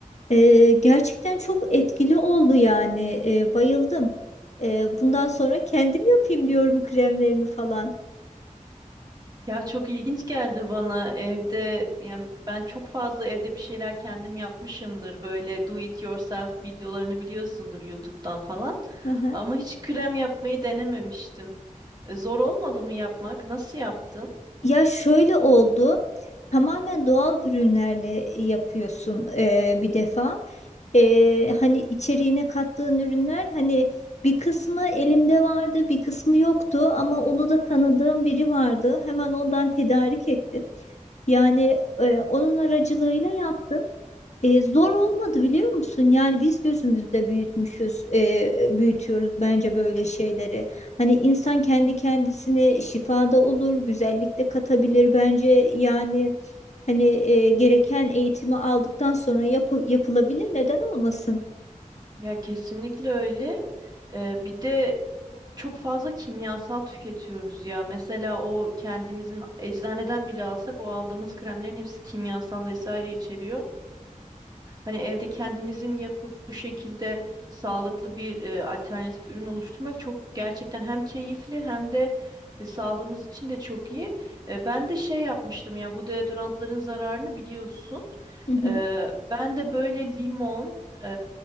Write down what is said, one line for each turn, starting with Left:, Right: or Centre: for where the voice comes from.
Left: Ee, gerçekten çok etkili oldu yani. Ee, bayıldım. Ee, bundan sonra kendim yapayım diyorum kremlerimi falan.
Right: Ya çok ilginç geldi bana evde yani ben çok fazla evde bir şeyler kendim yapmışımdır böyle do it yourself videolarını biliyorsundur YouTube'dan falan
Left: <laughs>
Right: ama hiç krem yapmayı denememiştim. E, zor olmadı mı yapmak? Nasıl yaptın?
Left: Ya şöyle oldu. Tamamen doğal ürünlerle e, yapıyorsun e, bir defa. E, hani içeriğine kattığın ürünler hani bir kısmı elimde vardı, bir kısmı yoktu ama onu da tanıdığım biri vardı. Hemen ondan tedarik ettim. Yani e, onun aracılığıyla yaptım. E, zor olmadı biliyor musun? Yani biz gözümüzde büyütmüşüz, e, büyütüyoruz bence böyle şeyleri. Hani insan kendi kendisine şifada olur, güzellikte katabilir bence. Yani hani e, gereken eğitimi aldıktan sonra yapı- yapılabilir. Neden olmasın?
Right: Ya kesinlikle öyle. E, bir de çok fazla kimyasal tüketiyoruz ya mesela o kendimizin eczaneden bile alsak o aldığımız kremlerin hepsi kimyasal vesaire içeriyor. Hani evde kendimizin yapıp bu şekilde sağlıklı bir e, alternatif ürün oluşturmak çok gerçekten hem keyifli hem de e, sağlığımız için de çok iyi. E, ben de şey yapmıştım ya bu deodorantların zararını biliyorsun.
Left: Hı hı.
Right: E, ben de böyle limon, e,